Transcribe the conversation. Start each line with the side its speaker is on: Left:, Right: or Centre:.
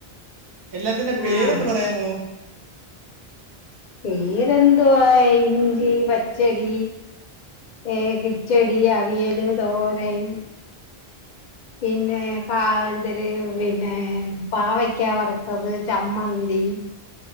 Right: എല്ലാത്തിന്റെ പേരൊന്ന്
Left: ആഹ്
Right: പറയാമോ?
Left: പേരെന്തുവാ ഇഞ്ചി പച്ചടി ഏ കിച്ചെടി അവിയല് തോരൻ പിന്നെ പ എന്തര് പിന്നെ പാവയ്ക്കാ വറുത്തത് ചമ്മന്തി.